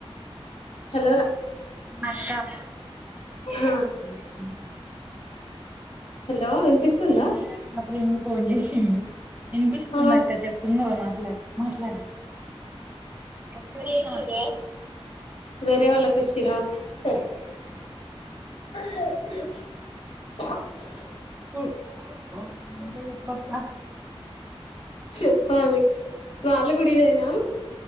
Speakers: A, on the left; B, on the right.
A: హలో ర
B: మచ్చపూర్
A: ఆ హలో వినిపిస్తుందా
B: ఎం లేదక్క అప్పుడు ఎందుకు ఫోన్ చేసిండ్రు వినిపిస్తుంది
A: ఆ
B: అక్క చెప్పు ఉన్నదే మాట్లాడు మాట్లాడు ఇగ ఎప్పుడు జేసినవే
A: వేరే వాళ్ళకు ఇచ్చిన <unintelligible>
B: పు హు ఉంటే చెప్పక్క
A: చెప్పాలి వాళ్లు గుడా ఇదేనా